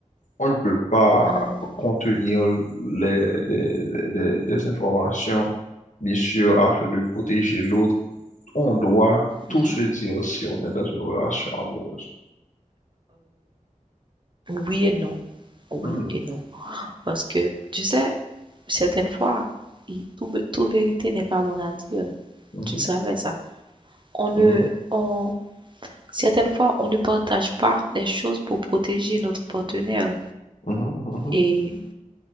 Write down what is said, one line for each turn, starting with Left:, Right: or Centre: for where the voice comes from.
Left: On ne peut pas
Right: heu,
Left: contenir les, des, des- des informations, bien sûr, afin de protéger l'autre. On doit tout
Right: mmh
Left: se
Right: mh.
Left: dire si on est dans une relation amoureuse.
Right: oui et non. Oui
Left: Hmm,
Right: et non. Parce que, tu sais, certaines fois, i tout b vérité n'est pas bonne à dire.
Left: mhm,
Right: Tu savais ça? On ne
Left: mhm,
Right: on certaines fois, on ne partage pas des choses pour protéger notre partenaire
Left: mhm, mhm, mhm.
Right: et